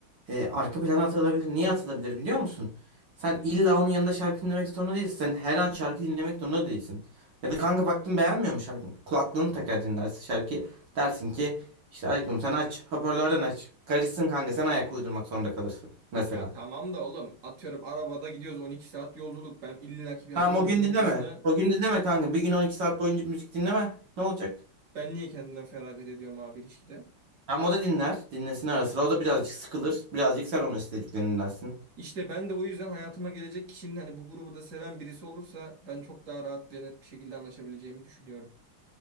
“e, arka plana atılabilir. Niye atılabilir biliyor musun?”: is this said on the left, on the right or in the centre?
Right